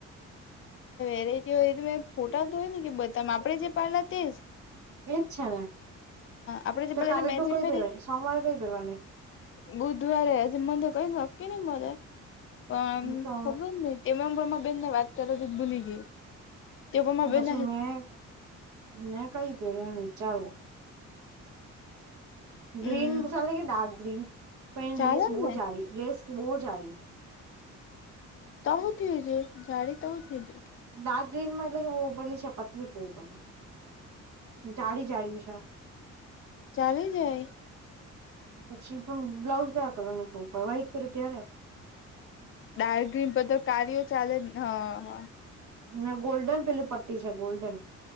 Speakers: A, on the left (about 45°); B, on the right (about 70°).
A: વીડિયો એટલે? ફોટા તો હોયને કે બધામાં આપણે પાડેલ તેજ
B: અચ્છા.
A: આપડે જે
B: તો
A: પેલા
B: કાલે
A: એટલે મેં
B: તો
A: જે
B: કઈ
A: પહેરી
B: પેહવાની, સોમવારે તોઈ પહેરવાની?
A: બુધવારે હજી મ તો કઈ નક્કી નઈ, મને પણ
B: તો
A: ખબર નહીં. એમમા બેનને વાત કરવાની ભૂલી ગઈ તે પણમા
B: તો
A: બેન
B: પછી મેં, મેં કઈ પેહરુ એમ વિચારું <inaudible>
A: હમ
B: ગ્રીન ચાલે કે ડાર્ક ગ્રીન, પણ એની
A: ચાલે
B: લેસ બહુ
A: ને
B: જાડી લેસ, બહુ જાડી
A: તો હ થયો જો જાડી તો હું થયો.
B: ડાર્ક ગ્રીનમાં એટલે કે બહુ ઉપરલી છે પતલી બહુ પરલી જાડી જાડી છે.
A: ચાલી જાય
B: પછી પણ બ્લાઉઝ કયા કલરનું પેહરુ, વ્હાઈટ પેહરુ ત્યારે.
A: ડાર્ક બધુ ચાલેને, હ હ
B: ના ગોલ્ડન પેલી પટ્ટી છે, ગોલ્ડન